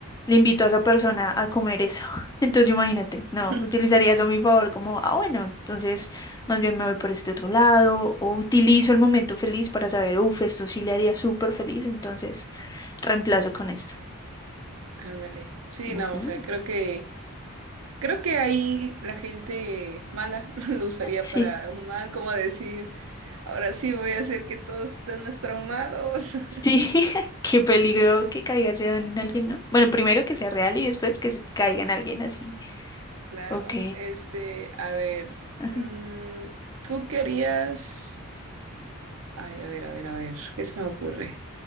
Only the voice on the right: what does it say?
<laughs>
Ándale. Sí,
no, o sea, creo que Creo que ahí la gente mala <laughs> lo usaría
para un mal, como decir, ahora sí voy a hacer que todos estén más traumados. <laughs>
Claro,
este, a ver,
mm, tú querías, ay, a ver, a ver, a ver, ¿qué se me ocurre?